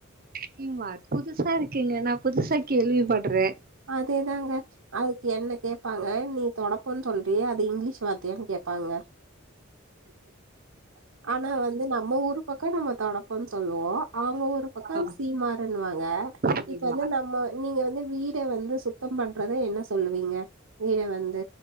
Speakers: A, on the right (about 45°); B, on the right (about 80°).
A: சீமாரு புதுசா இருக்குங்க நா புதுசா கேள்வி படுறேன்
B: அதேதாங்க அதுக்கு என்ன கேட்பாங்க நீ தொடப்பன்னு சொல்றியே அது இங்கிலீஷ் வார்த்தயானு கேப் பாங்க ஆனா வந்து நம்ம ஊரு பக்க நம்ம தொடப்போன்னு சொல்வோ வோ அவுங்க ஊரு பக்க
A: ஆ
B: சீமாருன்வாங்க
A: தெரியுமா
B: இப்ப வந்து நம்ம நீங்க வந்து வீட் ட வந்து சுத்தம் பண்றத என்ன சொல்லுவீங்க வீட வந்து